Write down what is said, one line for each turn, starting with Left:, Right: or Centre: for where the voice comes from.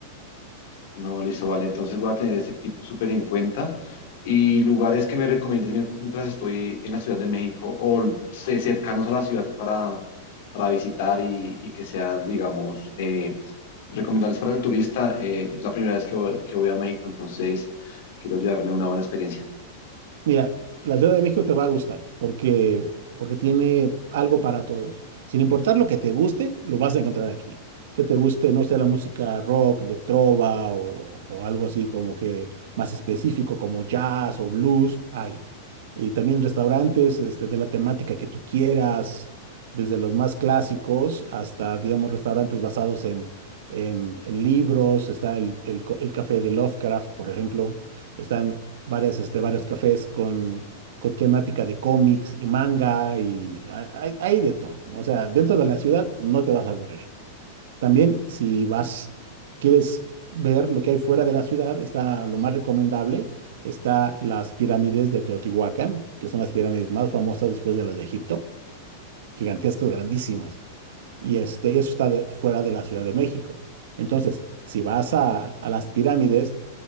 Left: No, listo, vale. Entonces voy a tener este tip súper en cuenta. Y lugares que me recomiendes mient- mientras estoy en la Ciudad de México o sé, cercanos a la ciudad para, para visitar y, y que sean, digamos, eh, recomendables para el turista. Eh, es la primera vez que voy, que voy a México, entonces quiero llevarme una buena experiencia.
Right: Mira, la Ciudad de México te va a gustar porque, porque tiene algo para todos. Sin importar lo que te guste, lo vas a encontrar aquí. Que te guste, no sé, la música rock, de trova o, o algo así como que más específico como jazz o blues, hay. Y también restaurantes este, de la temática que tú quieras, desde los más clásicos hasta, digamos, restaurantes basados en, en, en libros. Está el, el co- el café de Lovecraft, por ejemplo están varias, este, varios cafés con, con temática de cómics y manga y hay, hay- hay de todo. ¿no? O sea, dentro de la ciudad no te vas a aburrir. También si vas, quieres ver lo que hay fuera de la ciudad, está lo más recomendable, está las pirámides de Teotihuacán, que son las pirámides más famosas después de las de Egipto, gigantescas, grandísimas. Y este, eso está de- fuera de la Ciudad de México. Entonces, si vas a, a las pirámides,